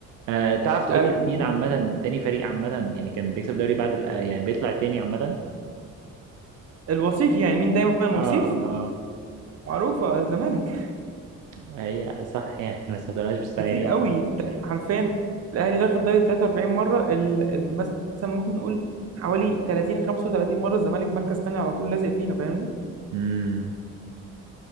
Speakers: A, on the right (about 80°); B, on the right (about 55°).
A: آه، تعرف تقول
B: ايوه
A: لي مين
B: بالظبط.
A: عامة تاني فريق عامة يعني كان بيكسب دوري بعد ال- آه، يعني بيطلع تاني عامة
B: الوصيف يعني مين دايما
A: اه
B: وصيف
A: اه
B: معروفه الزمالك
A: اه هي صح يعني بس ما تقولهاش
B: <laughs>
A: بالستايل
B: كتير قوي ت- عارفين الاهلي واخد دوري 43 مره ال- ال- مثلا ممكن نقول حوالي 30 35 مره الزمالك مركز تاني على طول لازق فينا فاهمني
A: امم